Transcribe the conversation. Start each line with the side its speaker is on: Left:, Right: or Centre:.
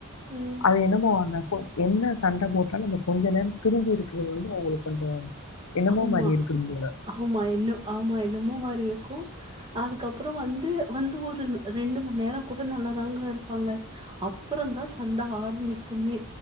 Right: ம்.
Left: அது என்னமோ வந்த என்ன சண்ட போட்டாலு அந்த கொஞ்ச நேர பிரிஞ்சி இருக்குறது வந்து அவளுக் அந்த என்னமோ
Right: ஆமா,
Left: மாதிரி இருக்குதும்போல
Right: ஆமா என்ன ஆமா என்னமோ மாரி இருக்கு அதுக்கப்றோ வந்து வந்து ஒரு ரெண்டு மணி நேர கூட நல்லாதாங்க இருப்பாங்க அப்றோ தா சண்ட ஆரம்பிக்குமே